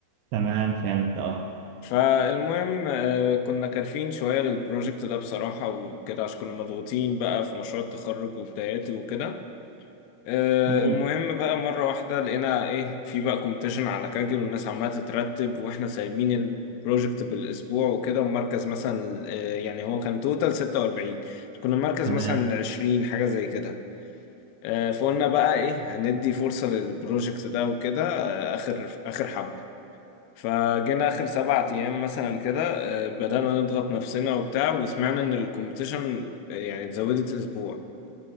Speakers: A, on the right (about 80°); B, on the left (about 80°).
A: تمام فهمت اه
B: فالمهم آه، كنا كارفين شوية للبروجكت ده بصراحة وكده عشان كنا مضغوطين بقى في مشروع التخرج وبداياته وكده آه،
A: مم.
B: المهم بقى مرة واحدة لقينا ايه في بقى كومبيتيشن على كاجل والناس عمالة تترتب واحنا سايبين البروجكت بالأسبوع وكده ومركز مثلا آه، يعني هو كان توتال 46 كنا مركز
A: تمام
B: مثلا 20 حاجة زي كده آه، فقلنا بقى ايه هندي فرصة للبروجكت ده وكده آه، آخر آخر حبة فجينا آخر سبعة أيام مثلا كده آه، بدأنا نضغط نفسنا وبتاع وسمعنا إن الكومبيتيشن آه، يعني اتزودت أسبوع